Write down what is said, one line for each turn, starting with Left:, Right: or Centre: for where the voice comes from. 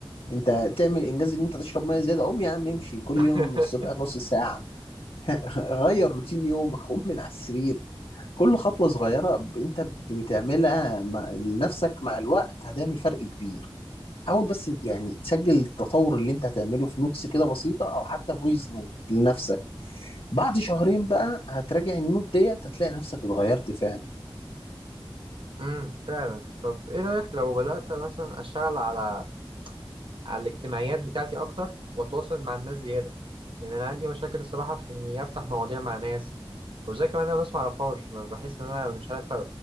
Left: أنت تعمل إنجاز إن أنت تشرب مية زيادة قوم يا عم امشي كل
Right: <laughs>
Left: يوم الصبح نص ساعة <laughs> غير روتين يومك قوم من على السرير كل خطوة صغيرة أنت بتعملها مع لنفسك مع الوقت هتعمل فرق كبير حاول بس يعني تسجل التطور اللي انت هتعمله في نوتس كده بسيطة او حتى فويس نوت لنفسك بعد شهرين بقى هتراجع النوت ديت هتلاقي نفسك اتغيرت فعلا
Right: امم فعلا طب ايه رأيك لو بدأت مثلا اشتغل على على الاجتماعيات بتاعتي اكتر واتواصل مع الناس زيادة يعني انا عندي مشاكل الصراحة في اني افتح مواضيع مع ناس وزي كمان انا ناس معرفهاش ما بحس ان انا مش عارف أ-